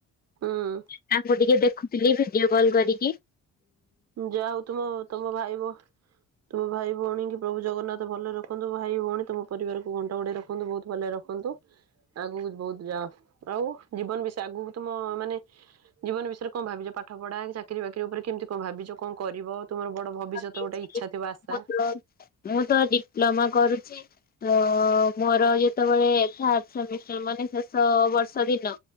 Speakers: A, on the right (about 55°); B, on the left (about 30°).
A: ହୁଁ।
B: ତାଙ୍କୁ ଟିକେ ଦେଖ ଦେଖୁଥିଲି ଭିଡିଓ କଲ୍ କରିକି।
A: ଯାହା ହଉ ତମ ତମ ଭାଇବୋ ତୁମ ଭାଇ ଭଉଣୀଙ୍କୁ ପ୍ରଭୁ ଜଗନ୍ନାଥ ଭଲରେ ରଖନ୍ତୁ। ଭାଇ ଭଉଣୀ ତୁମ ପରିବାରକୁ ଘଣ୍ଟଘୋଡ଼େଇ ରଖନ୍ତୁ ବହୁତ ଭଲରେ ରଖନ୍ତୁ। ଆଗକୁ ବହୁତ ଯାଅ। ଆଉ ଜୀବନ ବିଷୟରେ ଆଗକୁ ତମ ମାନେ ଜୀବନ ବିଷୟରେ କଣ ଭାବିଛ? ପାଠ ପଢା କି ଚାକିରି ବାକିରି ଉପରେ କେମିତି କଣ ଭାବିଛ କଣ କରିବ? ତୁମର ବଡ ଭବିଷ୍ୟତ
B: ଭାବିଚି
A: ଗୋଟେ ଇଚ୍ଛା ଥିବ ଆଶା
B: ମତଲବ୍ ମୁଁ ତ ଡିପ୍ଲୋମା କରୁଛି। ତ ମୋର ଯେତେବେଳେ ମାନେ ଶେଷ ବର୍ଷ ଦିନ